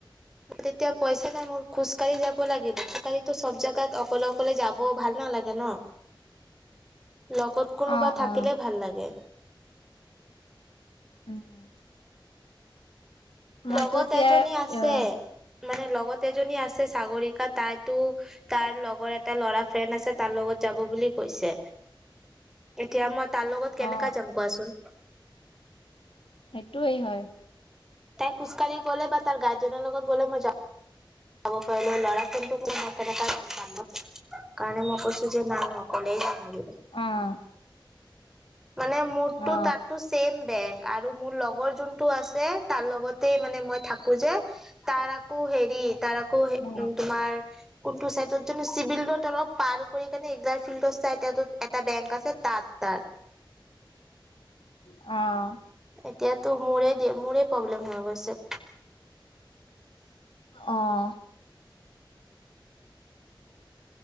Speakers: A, in the centre; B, on the left (about 85°).
A: তেতিয়া পইচা নাই মোৰ খোজকাঢ়ি যাব লাগে খোজ ককাঢ়িতো চব জাগাত অকলে অকলে যাব ভাল নালাগে। ন লগত কোনোবা
B: অ
A: থাকিলে
B: অ
A: ভাল লাগে।
B: উম। মইতো
A: লগত
B: এতিয়া
A: এজনী আছে।
B: অ'
A: মানে লগত এজনী আছে সাগৰিকা তাইতো তাৰ লগৰ এটা ল'ৰা ফ্ৰেণ্ড আছে তাৰ লগত যাব বুলি কৈছে। এতিয়া মই তাৰ লগত
B: অ
A: কেনেকা যাম কোৱাচোন।
B: সেইটোৱে হয়।
A: তাই খোজকাঢ়ি গলে বা তাৰ গাৰ্জেনৰ লগত গ'লে মই যাম। যাব পাৰিলো ল'ৰা কোনতো কোনো মতেৰেটা <unintelligible> কাৰণে মই কৈছো যে নাই ম অকলেই যাম লাগি
B: অ'।
A: মানে মূৰটো
B: অ
A: তাতো বেং আৰু মোৰ লগৰ যোনটো আছে তাৰ লগতে মানে মই থাকো যে তাৰ আকৌ হেৰি তাৰ আকৌ উ
B: অ
A: তোমাৰ কোনটো চাই ত চিভিল ৰোড অলপ পাৰ কৰি ফিল্ড চাই এটা বেংক আছে তাত তাৰ।
B: অ'।
A: এতিয়াতো মোৰে মোৰে প্ৰব্লেম হৈ গৈছে।
B: অ'।